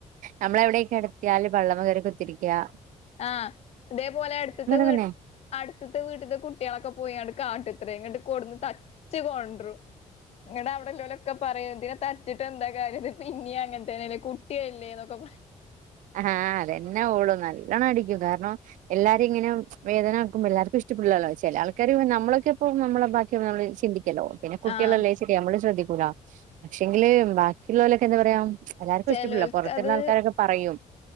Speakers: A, on the right; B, on the left.
A: നമ്മളവ്ള്ണ്ടെയില്ക്ക് <unintelligible> ദിയാൽ പള്ളമകേറി കുത്തിരിക്ക്ആ
B: ആഹ് ഇതേപോലെ അടുത്ത്ത്തെ വീ
A: പെണ്ണെ
B: അടുത്തത്തെ വീട്ടത്തെ കുട്ടികളൊക്കെ പോയാണ്ട് കാട്ടുംത്രേ ഇങ്ങണ്ട് കൊണ്ട്ന്ന് തച്ച് കൊണ്ടരും ഇങ്ങണ്ടെ അവിടൊള്ളോലൊക്കെ പറയും ഇതിനെ തച്ചിട്ട്ന്താ കാര്യംന്ന് പിന്നെയും അങ്ങനെത്തന്നെലെ കു കുട്ടിയല്ലേന്നൊക്കെ പ
A: ആഹാ അതെന്നെ ഓളും നല്ലോണം അടിക്കും കാരണം എല്ലാരേംങ്ങനെ വേദനാക്കുമ്പോ എല്ലാർക്കും ഇഷ്ടപ്പെടില്ലല്ലോ ചേലാൾക്കാര് നമ്മളൊക്കെ ഇപ്പോ നമ്മടെബാക്കി നമ്മള് ചിന്തി എല്ലോം പിന്നെ കുട്ടികളല്ലേ
B: ആഹ്
A: ശരി നമ്മളും ശ്രദ്ധി പക്ഷെങ്കില് ബാക്കിയുള്ളവലൊക്കെന്താ പറയാ എല്ലാർക്കും
B: ചെലോൽക്കത്
A: ഇഷ്ടപ്പെടില്ല പുറത്തുള്ള ആൾക്കാരൊക്കെ പറയും